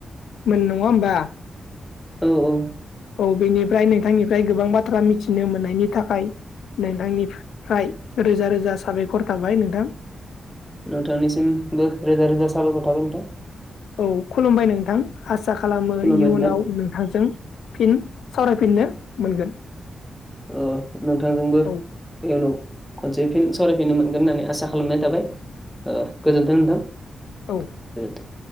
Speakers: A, on the left (about 85°); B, in the centre.
A: मोन नङा होमबा।
B: औ औ।
A: औ बेनिफ्राय नोंथांनिफ्राय गोबां बाथ्रा मिथिनो मोननायनि थाखाय। नोंथांनिफ्राय रोजा रोजा साबायखर थाबाय नोंथां।
B: नोंथांनिसिमबो रोजा रोजा साबायखर थाबाय नोंथां।
A: औ खुलुमबाय नोंथां आसा खालामो
B: खुलुमबाय
A: इयुनाव
B: नोंथां
A: नोंथांजों। फिन सावरायफिननो मोनगोन।
B: अ नोंथांजोंबो
A: औ
B: इयुनाव खनसे फिन सावरायफिननो मोनगोन होननानै आसा खालामनाय थाबाय गोजोनथों नोंथां गोजोनथों।
A: औ